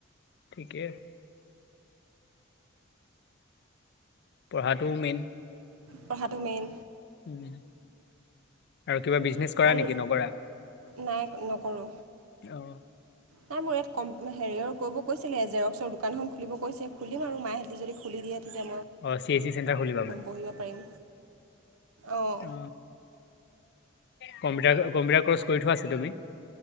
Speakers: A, on the left; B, on the right.
A: ঠিকেই আছে। পঢ়াটোও মেইন।
B: পঢ়াটো মেইন।
A: উ আৰু কিবা বিজনেচ কৰা
B: আৰু
A: নেকি নকৰা?
B: নাই নকৰো
A: অ
B: নাই মোৰ ইয়াত কম হেৰিওৰ কৰিব কৈছিলে জেৰক্সৰ দোকানখন খুলিব কৈছে খুলিম আৰু মা হঁতি যদি খুলি দিয়ে তেতিয়া মই
A: অ চি এছ চেণ্টাৰ খুলিবা মানে,
B: বহিব পাৰিম অঁ
A: অ। কম্পিউটাৰ - কম্পিউটাৰ কৰ্চ কৰি থোৱা আছে তুমি?